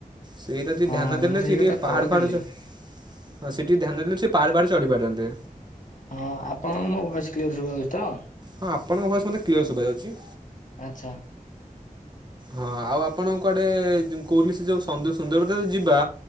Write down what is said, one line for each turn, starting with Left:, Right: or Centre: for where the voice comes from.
Right: ସେଇଟା ଟିକେ
Left: ହଁ
Right: ଧ୍ୟାନ ଦେଲେ
Left: ମୁଁ ସେଇ
Right: ସିଏ
Left: କଥା
Right: ଟିକେ ପାହାଡ
Left: କହୁଥିଲି
Right: ଫାଆଡ ଚ ହଁ ସେ ଟିକେ ଧ୍ୟାନ ଦେଲେ ସିଏ ପାହାଡ ଫାଆଡ ଚଢିପାରନ୍ତେ।
Left: ହଁ ଆପଣଙ୍କୁ ମୋ ଭଏସ କ୍ଲିୟର ଶୁବାହଉଚି ତ?
Right: ହଁ ଆପଣଙ୍କ ଭଏସ ମତେ କ୍ଲିୟର ଶୁବାଯାଉଚି।
Left: ଆଚ୍ଛା
Right: ହଁ ଆଉ ଆପଣଙ୍କୁ କୁଆଡେ ଯୋଉ ମୁଁ କଉଥିଲି ସେ ଯୋଉ ସନ୍ଦୁ ସୁନ୍ଦରପଦା ତ ଯିବା